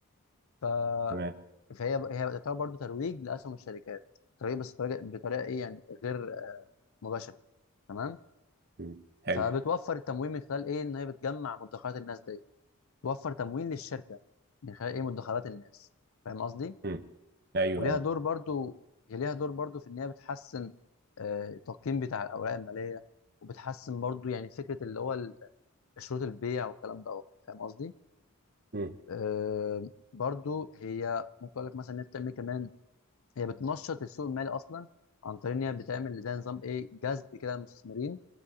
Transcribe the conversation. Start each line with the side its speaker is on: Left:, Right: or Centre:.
Left: تمام
Right: تمام
Left: فهي هي تعتبر برضو ترويج لاسهم الشركات ترويج بس بطريقه بطريقة ايه يعني غير مباشره تمام
Right: مم، حلو
Left: فبتوفر التمويل من خلال ايه ان هي بتجمع مدخرات الناس دي توفر تمويل للشركه من خلال ايه مدخرات الناس فاهم قصدي
Right: مم، ايوه
Left: وليها
Right: اه
Left: دور برضو هي ليها دور برضو في ان هي بتحسن آه، التقييم بتاع الاوراق الماليه وبتحسن برضو يعني فكره اللي هو ال- شروط البيع والكلام ده فاهم قصدي
Right: مم.
Left: آه، برضو هي ممكن اقول لك مثلا ان هي بتعمل كمان هي بتنشط السوق المالي اصلا عن طريق ان هي بتعمل زي نظام ايه جذب كده للمستثمرين